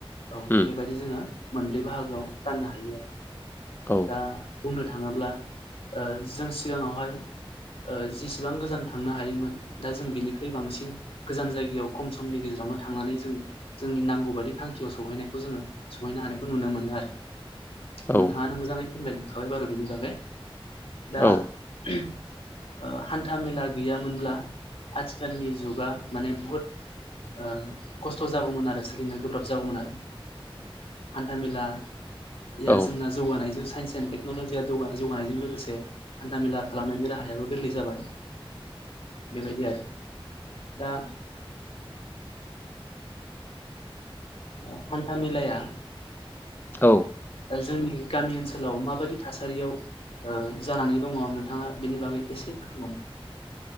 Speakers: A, on the left; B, on the left.
A: औ
B: उम
A: बेबायदि जोङो मोनब्रै बाहागोआव राननो हायो आरो।
B: औ
A: दा बुंनो थाङोब्ला ओ जों सिगाङावहाय ओ जेसेबां गोजान थांनो हायोमोन दा जों बिनिख्रुइ बांसिन गोजान जायगायाव खम समनि गेजेराव नो थांनानै जों जोंनि नांगौ बादि थांखियाव सहैनायखौ जोङो सहैनो हानायखौ नुनो मोनो आरो। नोंथाङानो
B: औ
A: मोजाङै फोरमायलांखाबाय बारु' बिनि बागै दा
B: औ
A: <unintelligible> ओ हान्थामेला गैयामोनब्ला आथिखालनि जुगा माने बुहुद ओ खस्थ' जागौमोन आरो सोलिनो गोब्राब जागौमोन आरो। हान्थामेलाया
B: औ
A: जोंना जौगानायजों साइन्स एन्ड टेक्न'लजिया जोगाना-जौगानायजों लोगोसे हान्थामेला खालामनायनि राहायाबो गोरलै जाबाय। बेबायदि आरो दा ओ हान्थामेलाया
B: औ
A: जोंनि गामि ओनसोलाव माबायदि थासारियाव ओ जानानै दङ' नोंथाङा बिनि बागै एसे फोरमायबावनो